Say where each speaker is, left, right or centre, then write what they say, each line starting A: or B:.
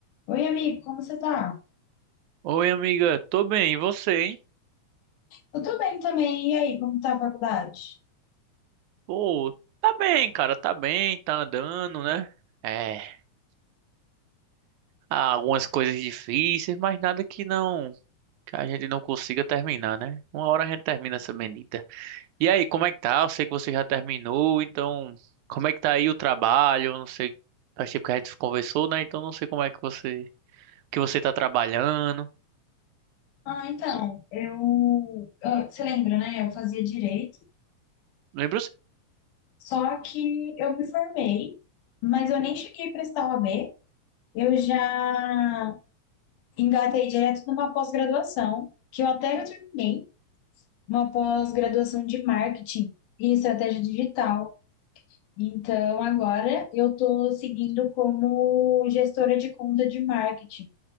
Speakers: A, on the left (about 80°); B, on the right (about 80°).
A: Oi, amigo, como você tá?
B: Oi, amiga, tô bem, e você, hein?
A: Eu tô bem também. E aí, como tá a faculdade?
B: Pô, tá bem, cara, tá bem, tá andando, né? É, há algumas coisas difíceis, mas nada que não, que a gente não consiga terminar, né? Uma hora a gente termina essa bendita. E aí, como é que tá? Eu sei que você já terminou, então, como é que tá aí o trabalho? Eu não sei, faz tempo que a gente conversou, né? Então não sei como é que você, que você tá trabalhando.
A: Ah, então, eu, eu- você lembra, né? Eu fazia direito,
B: Lembro sim,
A: só que eu me formei, mas eu nem cheguei a prestar OAB. Eu já engatei direto numa pós-graduação, que eu até já terminei, uma pós-graduação de marketing e estratégia digital. Então, agora eu tô seguindo como gestora de conta de marketing.